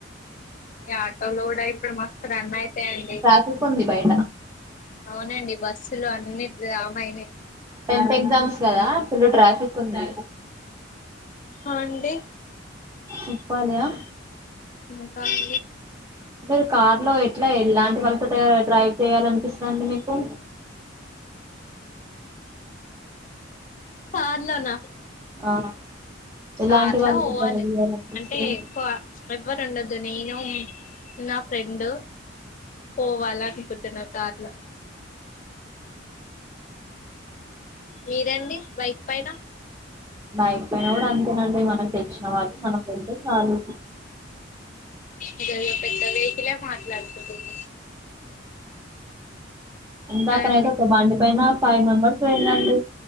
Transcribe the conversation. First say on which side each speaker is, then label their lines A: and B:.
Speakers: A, on the left; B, on the right.
A: ఆటో లోడ్ అయి ఇప్పుడు మస్తు రన్ అయితాయిడి
B: ట్రాఫిక్ ఉంది బయట
A: అవునండి బస్సులు అన్ని జామైనాయి
B: టెన్త్ ఎగ్జామ్స్ కదా ఫుల్లు ట్రాఫిక్ ఉంది
A: ఆండ
B: సిప్పాలయా
A: ఇంకాే
B: మీరు కార్ లో ఎట్లా ఎలాంటి వాళ్ళతో డ్రైవ్ చేయాలనిపిస్తంది రడి మీకు
A: కార్లో నా
B: ఆ ఎలాంటి
A: కార్లా
B: వాళ్ళతో
A: పోవాలి
B: డ్రైవ్ చేయాలనిపిస్తది
A: అంటే ఎక్కువ ఎవ్వరు ఉండదు నేను నా ఫ్రెండ్ పోవాల అనుకుంటు నా కాట్లా మీరేండి బైక్ పైన
B: బైక్ పయిన కూడారు అంతేనండి మనకు తెలిసిన వాళ్కి మనకు వెళ్తే చాలు
A: ఇదేదో పెద్ద వెహికిలే మాట్లాడుకుటురు కదండి
B: ఇందాకనైతే ఒక బండి పైన ఫైవ మెంబర్స్ పొయిరండి